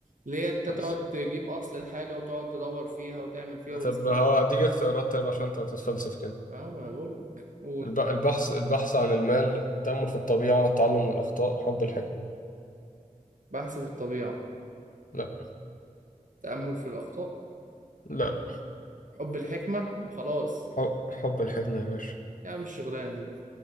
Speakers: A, on the right; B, on the left.
A: اللي هي انت
B: بس.
A: تقعد تجيب اصل الحاجه وتقعد تدور فيها وتعمل فيها وتزود
B: طب هو
A: فيها
B: أديك اختيارات طيب عشان أنت بتتفلسف كده
A: اه ما انا بقول لك قول
B: الب- البحث البحث عن المال التأمل في الطبيعة التعلم من الأخطاء حب الحكمة
A: بحث في الطبيعه
B: لا
A: تامل في الاخطاء
B: لا
A: حب الحكمه ما خلاص
B: حب, حب الحكمة يا باشا
A: يا عم الشغلانه دي